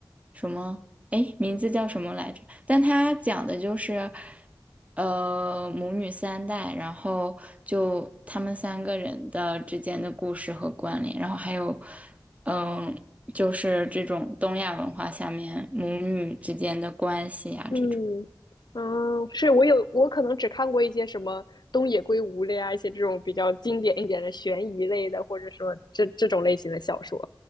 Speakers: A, on the right (about 15°); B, on the left (about 60°).
A: 什么，哎，名字叫什么来着？但它讲的就是，呃，母女三代，然后就他们三个人的之间的故事和关联，然后还有，嗯，就是这种东亚文化下面母女之间的关系呀、
B: 嗯，
A: 这种。
B: 嗯，是我有我可能只看过一些什么东野圭吾类啊，一些这种比较经典一点的悬疑类的，或者说这这种类型的小说，